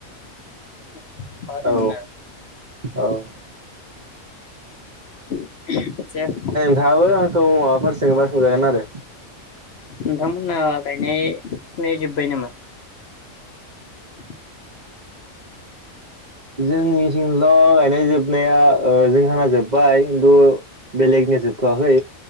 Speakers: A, on the left (about 55°); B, on the right (about 45°).
A: <unintelligible> अखा हादोंमोन
B: औ
A: आरो
B: औ।
A: <unintelligible>
B: दाहाबो आंखौ माबाफोरजों सोंबा सोंजागोन आरो
A: नोंथांमोना गायनाय फुनाय जोब्बाय नामा। <unintelligible>
B: जोंनिथिंल' गायनाय जोबनाया ओ जोंहाना जोब्बाय खिन्थु बेलेग ना जोबथ'याखै।